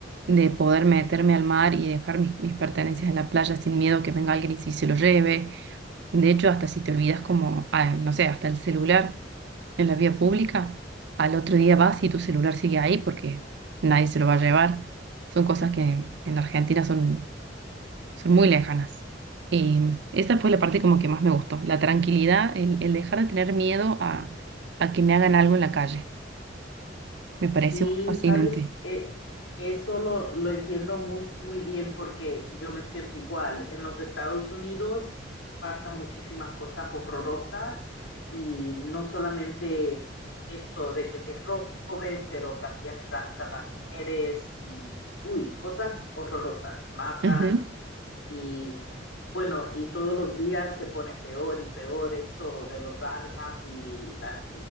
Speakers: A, on the right (about 65°); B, on the left (about 80°).
A: de poder meterme al mar y dejar mis, mis pertenencias en la playa sin miedo que venga alguien y si se lo lleve. De hecho, hasta si te olvidas como, ah, no sé, hasta el celular en la vía pública, al otro día vas y tu celular sigue ahí porque nadie se lo va a llevar. Son cosas que en la Argentina son son muy lejanas. Y esa fue la parte como que más me gustó, la tranquilidad, el, el dejar de tener miedo a, a que me hagan algo en la calle. Me pareció
B: Sí,
A: muy fascinante.
B: sabes, Eh, eso lo, lo entiendo muy, muy bien porque yo me siento igual. En los Estados Unidos pasan muchísimas cosas horrorosas y no solamente esto de que te roben, pero también raptan las mujeres y, uy, cosas horrorosas, matan
A: Ujú,
B: y bueno, y todos los días se pone peor y peor esto de los armas y la-